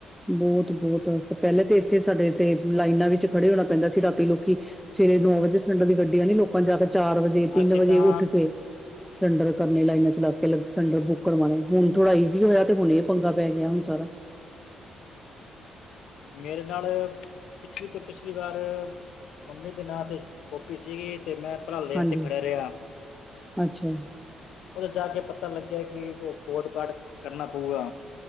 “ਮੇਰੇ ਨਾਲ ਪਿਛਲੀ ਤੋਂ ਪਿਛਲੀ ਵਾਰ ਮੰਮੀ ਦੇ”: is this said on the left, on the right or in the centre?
Left